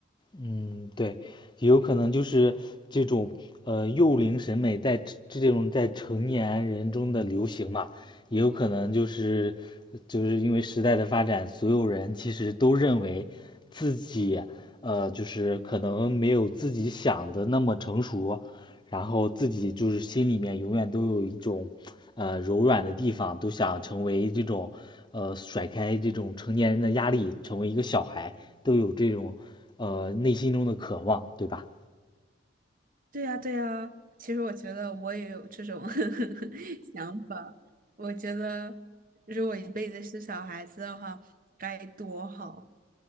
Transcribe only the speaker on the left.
嗯，对，也有可能就是这种呃幼龄审美在这这种在成年人中的流行嘛，也有可能就是就是因为时代的发展，所有人其实都认为自己呃就是可能没有自己想的那么成熟，然后自己就是心里面永远都有一种，呃，柔软的地方，都想成为这种，呃，甩开这种成年人的压力，成为一个小孩，都有这种，呃，内心中的渴望，对吧？